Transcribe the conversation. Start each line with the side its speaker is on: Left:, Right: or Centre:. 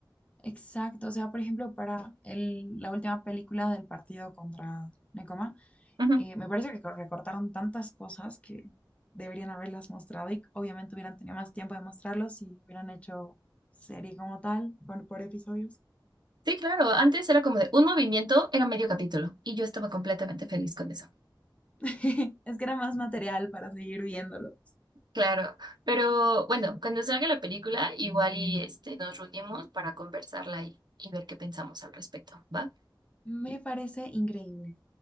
Left: exacto, o sea, por ejemplo, para el- la última película del partido contra Nekoma,
Right: Ujú.
Left: eh, me parece que co- recortaron tantas cosas que deberían haberlas mostrado y obviamente hubieran tenido más tiempo de mostrarlos si hubieran hecho serie como tal, por, por episodios.
Right: Sí, claro. Antes era como de un movimiento, era medio capítulo. Y yo estaba completamente feliz con eso.
Left: <laughs> Es que era más material para seguir viéndolo.
Right: Claro. Pero bueno, cuando salga la película, igual y este, nos reunimos para conversarla y, y ver qué pensamos al respecto. ¿Va?
Left: Me parece increíble.